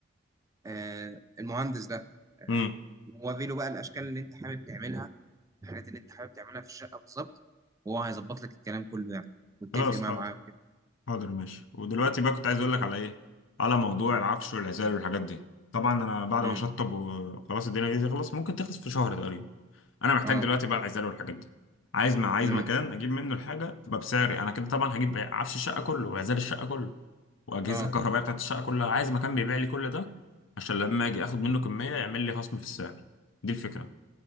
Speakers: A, on the right (about 15°); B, on the left (about 85°).
A: آه المهندس ده آه
B: امم
A: ووري له بقى الاشكال اللي انت حابب تعملها الحاجات اللي انت حابب تعملها في الشقه بالظبط وهو هيظبط لك الكلام كله يعني واتفق
B: خلاص
A: معاه
B: حاضر
A: معاه وكده
B: حاضر ماشي ودلوقتي بقى كنت عايز اقول لك على ايه على موضوع العفش والعزال والحاجات دي طبعا انا بعد
A: امم
B: ما اشطب وخلاص الدنيا دي تخلص ممكن تخلص في شهر تقريبا انا محتاج
A: اه
B: دلوقتي بقى العزال والحاجات دي عايز ما عايز
A: امم
B: مكان اجيب منه الحاجه تبقى بسعري انا كده طبعا هجيب عفش الشقه كله وعزال الشقه كله واجهزه
A: اه
B: الكهربائيه بتاعت الشقه كلها عايز مكان بيبيع لي كل ده عشان لما اجي اخد منه كميه يعمل لي خصم في السعر دي الفكره